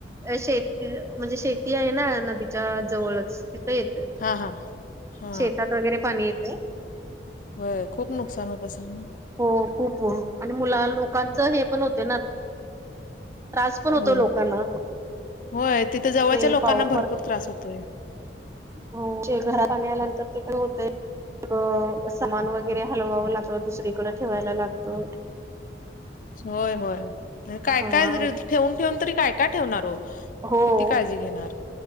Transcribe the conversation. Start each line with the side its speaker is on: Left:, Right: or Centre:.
Right: शेती म्हणजे शेती आहे ना नदीच्या जवळच तिथं येते.
Left: हा हा. हा
Right: शेतात वगैरे पाणी येतय.
Left: होय खूप नुकसान होत असल.
Right: हो खूप हो आणि मुला- लोकांचं हे पण होते ना त्रास पण होतो
Left: होय
Right: लोकांना.
Left: होय तिथं जवळच्या
Right: ते
Left: लोकांना
Right: पाव
Left: भरपूर त्रास होतोय.
Right: हो ते घरा पाणी आल्यानंतर ते का होतय. अ सामान वगैरे हलवावं लागत दुसरीकडं ठेवायला लागतं.
Left: होय होय, काय
Right: हा
Left: काय ठेवून ठेऊन तरी काय काय ठेवणार ओ!
Right: हो
Left: किती काळजी घेणार.